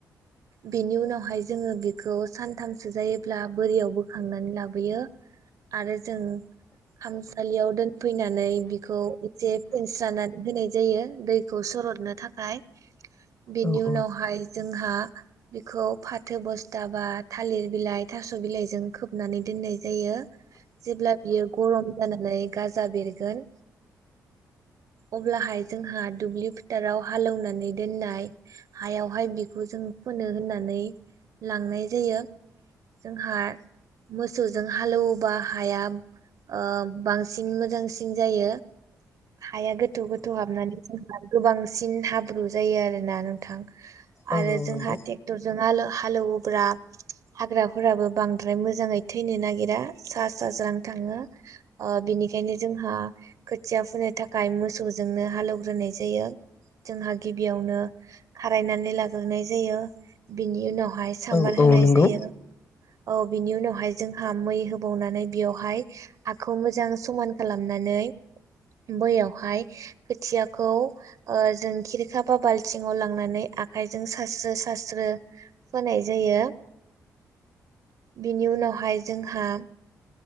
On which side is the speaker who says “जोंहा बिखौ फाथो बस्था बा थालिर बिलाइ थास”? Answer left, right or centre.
Right